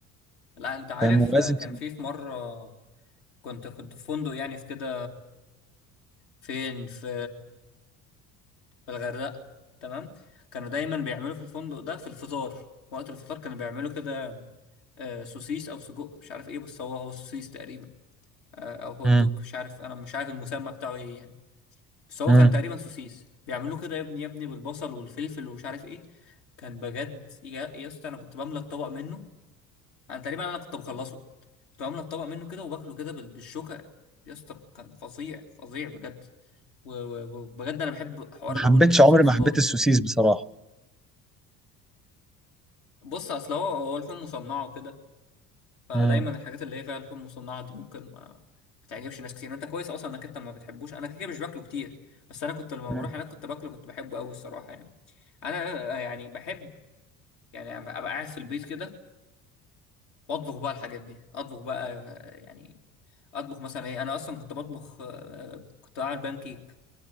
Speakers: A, on the left; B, in the centre.
A: لا انت عارف
B: فاهم ولازم
A: آه، كان
B: تدوقها
A: في في مرة كنت كنت في فندق يعني في كده فين في في الغردقة تمام كانوا دايما بيعملوا في الفندق ده في الفطار وقت الفطار كانوا بيعملوا كده آه، سوسيس او سجق مش عارف ايه بس هو هو سوسيس تقريبا آه، او هوت
B: امم
A: دوج مش عارف انا مش عارف المسمى بتاعه ايه يعني بس هو
B: امم
A: كان تقريبا سوسيس بيعملوه كده يا ابني يا ابني بالبصل والفلفل ومش عارف ايه كان بجد يا يا اسطى انا كنت بملى الطبق منه انا تقريبا انا كنت بخلصه كنت بملى الطبق منه كده وباكله كده بال- بالشوكة يا اسطى كان فظيع فظيع بجد وبجد انا بحب حوار
B: ما
A: الاوبن
B: حبيتش
A: بوفيه
B: عمري
A: في الفطار
B: ما حبيت
A: ده
B: السوسيس بصراحه
A: بص اصل هو هو اللحوم مصنعه وكده فدايما
B: امم
A: الحاجات اللي هي فيها لحوم مصنعه دي ممكن ما ما تعجبش ناس كتير انت كويس اصلا انك انت ما بتحبوش انا كده كده مش باكله كتير بس انا كنت لما
B: مم.
A: بروح هناك كنت باكله كنت بحبه قوي الصراحه يعني انا آه، يعني بحب يعني ابقى أبقى قاعد في البيت كده واطبخ بقى الحاجات دي اطبخ بقى آه، يعني اطبخ مثلا ايه انا اصلا كنت بطبخ آه، كنت بعمل بانكيك